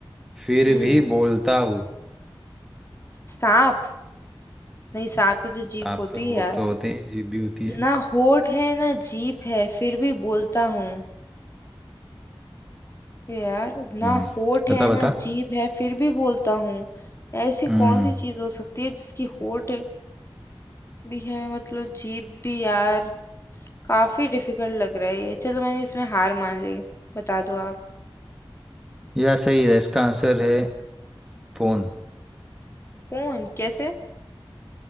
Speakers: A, in the centre; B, on the left.
A: फिर
B: हम्म
A: भी बोलता हूँ
B: सांप नहीं सांप की तो जीभ
A: सांप
B: होती
A: के होंठ
B: है यार
A: तो होते हैं जीभ भी होती है
B: ना होठ है ना जीभ है फिर भी बोलता हूँ यार ना
A: हम्म
B: होठ
A: बता
B: है
A: बता
B: ना जीभ है फिर भी बोलता हूँ ऐसी
A: हम्म
B: कौन सी चीज हो सकती है जिसकी होठ भी है मतलब जीभ भी यार काफी डिफिकल्ट लग रहा है ये चलो मैंने इसमें हार मान ली बता दो आप
A: यह सही है इसका आंसर है फोन
B: कौन कैसे